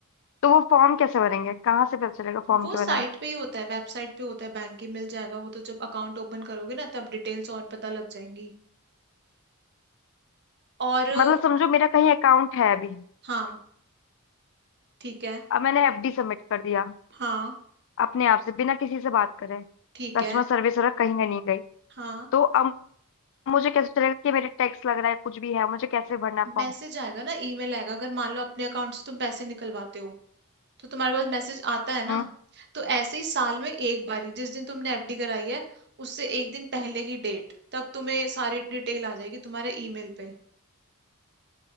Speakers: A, on the left; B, on the right.
A: तो वो फॉर्म कैसे भरेंगे कहाँ से पता चलेगा फॉर्म
B: वो
A: के बारे
B: साइट
A: में
B: पे ही होता है वेबसाइट पे होता है बैंक की मिल जाएगा वो तो जब अकाउंट ओपन करोगे ना तब डिटेल्स और पता लग जाएंगी और
A: मतलब समझो मेरा कहीं अकाउंट है अभी
B: हाँ ठीक है
A: अब मैंने एफडी सबमिट कर दिया
B: हाँ
A: अपने आप से बिना किसी से बात करे
B: ठीक
A: कस्टमर
B: है
A: सर्विस वाला कहीं का नहीं गई
B: हाँ
A: तो अब मुझे कैसे चलेगा कि मेरे टैक्स लग रहा है कुछ भी है मुझे कैसे भरना फॉर्म
B: मैसेज आएगा ना ईमेल आएगा अगर मान लो अपने अकाउंट से तुम पैसे निकलवाते हो तो तुम्हारे पास मैसेज आता है ना
A: हम्म
B: तो ऐसे ही साल में एक बारी जिस दिन तुमने एफडी कराई है उससे एक दिन पहले की डेट तब तुम्हें सारी डिटेल आ जाएगी तुम्हारे ईमेल पे